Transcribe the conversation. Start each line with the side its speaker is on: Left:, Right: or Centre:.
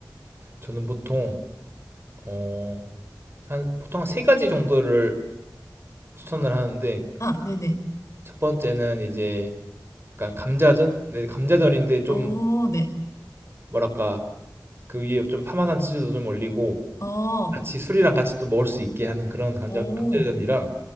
Right: 저는 보통 어 한 보통 한 3 가지 정도를 추천을 하는데
Left: 아, 네네.
Right: 첫 번째는 이제 약간 감자전? 네 감자전인데 좀
Left: 어, 네.
Right: 뭐랄까 그 위에 좀 파마산 치즈도 좀 올리고
Left: 어,
Right: 같이 술이랑 같이 또 먹을 수 있게 하는 그런 감자
Left: 오
Right: 감자전이랑